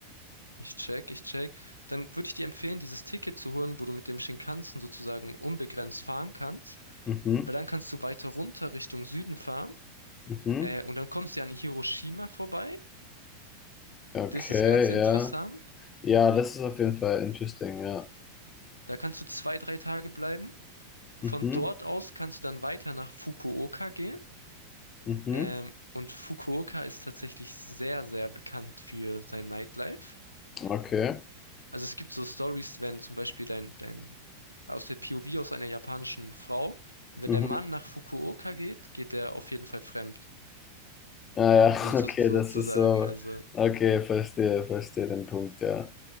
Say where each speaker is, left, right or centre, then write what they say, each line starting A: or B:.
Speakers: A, on the left; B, on the left.
A: Ich check, ich check. Dann würde ich dir empfehlen, dieses Ticket zu holen, wo du mit dem Shinkansen sozusagen unbegrenzt fahren kannst,
B: Mhm,
A: weil dann kannst du weiter runter Richtung Süden fahren
B: mhm.
A: äh, und dann kommst du ja an Hiroshima vorbei.
B: Okay,
A: Das ist ganz interessant.
B: ja. Ja, das ist auf jeden Fall interesting, ja.
A: Da kannst du zwei, drei Tage bleiben.
B: Mhm,
A: Von dort aus kannst du dann weiter nach Fukuoka gehen.
B: mhm.
A: Ähm, und Fukuoka ist tatsächlich sehr, sehr bekannt für sein Nightlife.
B: Okay.
A: Also es gibt so Stories, wenn zum Beispiel dein, dein, aus der POV aus einer japanischen Frau, wenn
B: Mhm.
A: der Mann nach Fukuoka geht, geht er auf jeden Fall fremd,
B: Ah ja, <laughs>
A: so zu,
B: okay,
A: sozusagen.
B: das ist so.
A: Also,
B: Okay, verstehe, verstehe den Punkt, ja.